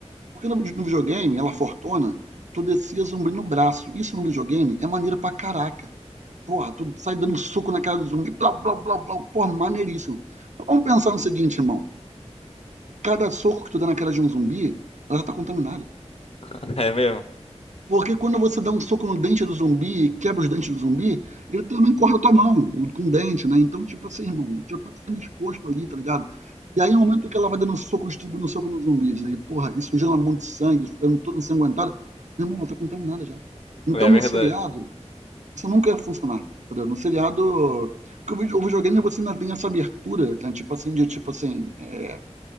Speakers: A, on the right (about 90°); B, on the left (about 55°).
A: Porque no, no videogame, ela fortona, tu descia zumbi no braço. Isso no videogame é maneiro pra caraca. Porra, tu sai dando soco na cara do zumbi, blá, blá, blá, blá, porra, maneiríssimo. Mas vamos pensar no seguinte, irmão cada soco que tu dá na cara de um zumbi, ela já tá contaminada.
B: <laughs> É mesmo.
A: Porque quando você dá um soco no dente do zumbi e quebra os dentes do zumbi, ele também corta a tua mão com o dente, né? Então, tipo assim, irmão, já tá sendo exposto ali, tá ligado? E aí, no momento que ela vai dando soco, distribuindo soco nos zumbis, né? e porra, isso sujando um monte de sangue, ficando toda ensanguentado, meu irmão, ela tá contaminada já. Então,
B: É verdade.
A: no seriado, isso nunca ia funcionar, entendeu? No seriado. Porque o vide- o videogame você ainda tem essa abertura, né? Tipo assim, de tipo assim, é,